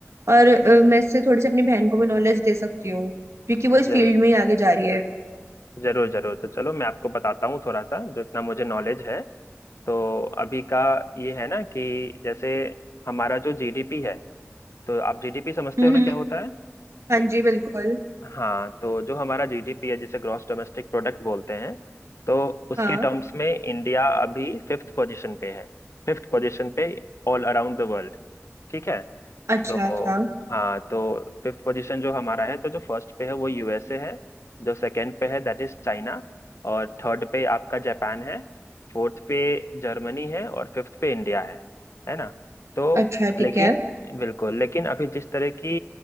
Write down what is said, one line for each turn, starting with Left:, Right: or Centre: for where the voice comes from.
Right: और अ, मैं इससे थोड़ी सी अपनी बहन को भी नॉलेज दे सकती हूँ क्योंकि वो इस
Left: जरूर
Right: फील्ड में ही आगे जा रही है
Left: जरूर जरूर तो चलो मैं आपको बताता हूँ थोड़ा सा जो इतना मुझे नॉलेज है तो अभी का ये है ना कि जैसे हमारा जो जीडीपी है तो आप जीडीपी समझते
Right: हम्म
Left: हो ना क्या होता है
Right: हाँ जी बिल्कुल
Left: हाँ तो जो हमारा जीडीपी है जिसे ग्रॉस डोमेस्टिक प्रोडक्ट बोलते हैं तो उसके
Right: हाँ
Left: टर्म्स में इंडिया अभी फिफ्थ पोजीशन पे है फिफ्थ पोजीशन पे ऑल अराउंड द वर्ल्ड ठीक है
Right: अच्छा
Left: तो
Right: अच्छा
Left: हाँ तो फिफ्थ पोजीशन जो हमारा है तो जो फर्स्ट पे है वो यूएसए है जो सेकंड पे है दैट इज चाइना और थर्ड पे आपका जापान है फोर्थ पे जर्मनी है और फिफ्थ पे इंडिया है है ना तो
Right: अच्छा
Left: लेकिन
Right: ठीक है
Left: बिल्कुल लेकिन अभी जिस तरह की